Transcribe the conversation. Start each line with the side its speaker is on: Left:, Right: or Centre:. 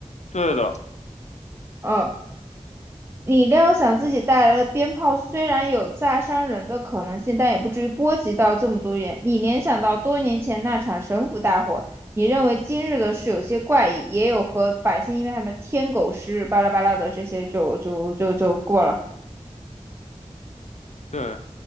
Left: 对的，
Right: 嗯，你料想自己带来的鞭炮虽然有炸伤人的可能性，但也不至于波及到这么多人。你联想到多年前那场神府大火，你认为今日的事有些怪异，也有和百姓因为什么天狗食日巴拉巴拉的这些就就就就过了。
Left: 对，